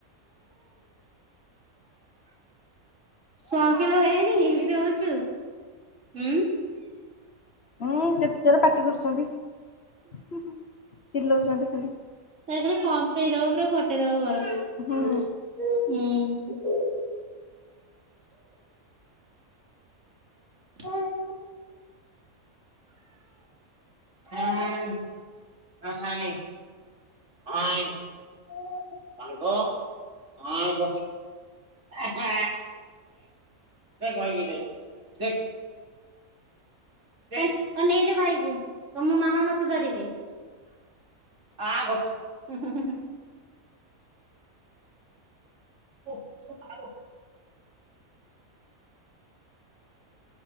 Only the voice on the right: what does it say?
କଣ କିଲୋ ବାଇଆଣି ଏମିତି ହଉଛୁ, ଉଁ
ଏ ଥରେ କମ୍ପେଇପୁରା, ଫଟେଇଦବ ଘର।
ଉଁ ଓ <unintelligible> ହ ହଏ ହଏ। <unintelligible> ସାଙ୍ଗ <unintelligible> ଦେଖ ଦେଖ ଦେ ଦେଖ <unintelligible> ଏଇ ନେଇଯ ଭାଇ କୁ, ତମ ମୋ ମାମା ମତେ ଧରିବେ। ଆ କରୁଚି ହୁଁ ହୁଁ ହୁଁ। <unintelligible>